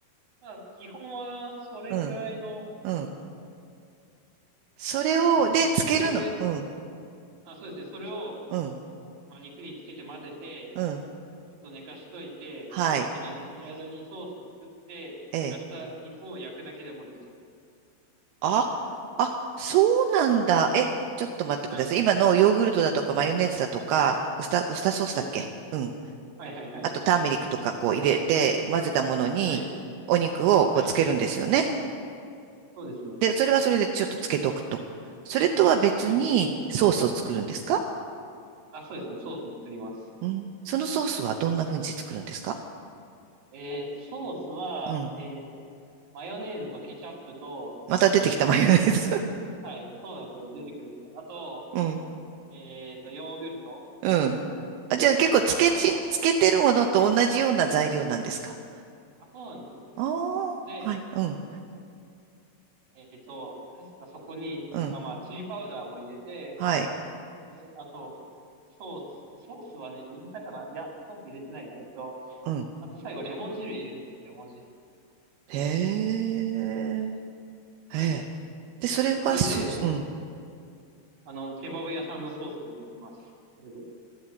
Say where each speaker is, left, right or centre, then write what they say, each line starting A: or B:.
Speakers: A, on the right; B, on the right.
A: まあ基本はそれくらいの、
B: うん。うん。それを、
A: うんそうですね。
B: で、つけるの。
A: それで、
B: うん。
A: あ、そうですね。それを、
B: うん、
A: まあ、肉につけて混ぜて、
B: うん。
A: ちょっと寝かしといて、
B: はい。
A: で、なんかその間にソース作って、
B: ええ。
A: 寝かした肉を焼くだけでもできちゃいます。
B: あ、あ、そうなんだ。え、ちょっと待ってください。
A: はい。
B: 今のヨーグルトだとかマヨネーズだとか、ウスタ、ウスターソースだっけうん。
A: はい。はいはいはい。
B: あとターメリックとかこう入れて混ぜたものにお肉をこうつけるんですよね。
A: はい。はい。そうですね。
B: で、それはそれでちょっとつけとくと。それとは別にソースを作るんですか
A: はい。あ、そうですね。ソース作ります。
B: うん。そのソースはどんな風にして作るんですか
A: えー、ソースは、
B: うん。
A: えー、マヨネーズとケチャップと、
B: また出てきたマヨネーズ。
A: はい、そうなんですよ。出てくるんですよ。あと、
B: <laughs> うん。う
A: えーと、ヨーグルト。
B: ん。あ、じゃあ結構つけち、
A: あと、
B: つけてるものと同じような材料なんですか
A: あ、そうなんですよ。
B: ああ、
A: で、
B: はい、うん、
A: えっと、確かそこに、
B: うん、
A: あ、まあ、チリパウダーも入れて、
B: はい、
A: で、あと、ソース、ソースはね、入れたかな。いや、ソース入れてないな。えっと、
B: うん。
A: あと最後、レモン汁入れるんですよ、レモン汁。
B: へえ、へえ。
A: そうそれで、
B: で、それは、そう、うん。
A: あの、ケバブ屋さんのソースができます。それで。